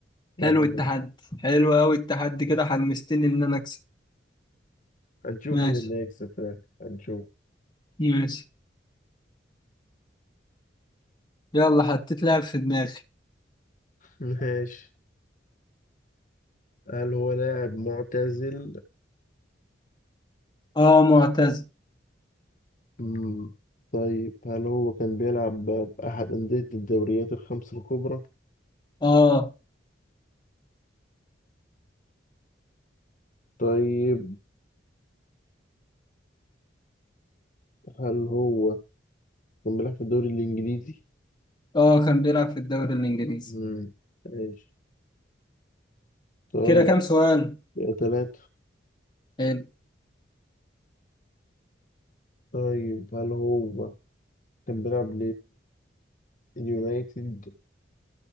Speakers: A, on the left (about 45°); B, on the left (about 25°).
A: واحد
B: حلو التحدي
A: واحد.
B: حلو قوي التحدي كده حمستني ان انا اكسب
A: هنشوف
B: ماشي
A: مين اللي هيكسب في الآخر هنشوف
B: ماشي يلا حطيت لاعب في دماغي
A: ماشي هل هو لاعب معتزل؟
B: اه معتز
A: مم. طيب هل هو كان بيلعب بأحد أندية الدوريات الخمس الكبرى؟
B: اه
A: طيب هل هو كان بيلعب في الدوري الإنجليزي؟
B: اه كان بيلعب في الدوري الانجليزي
A: مم. ماشي طيب
B: كده كام سؤال
A: ثلاثة
B: حلو
A: طيب هل هو كان بيلعب اليونايتد